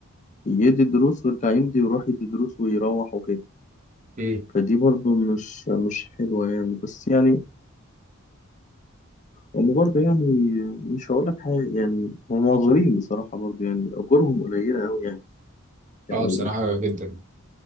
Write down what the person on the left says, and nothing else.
يدي الدروس ويرجع يمضي ويروح يدي دروس ويروح وكده
فدي برضه مش مش حلوة يعني بس يعني هم برضه يعني مش هقول لك حاجة يعني هم معذورين بصراحة برضه يعني أجورهم قليلة أوي يعني يعني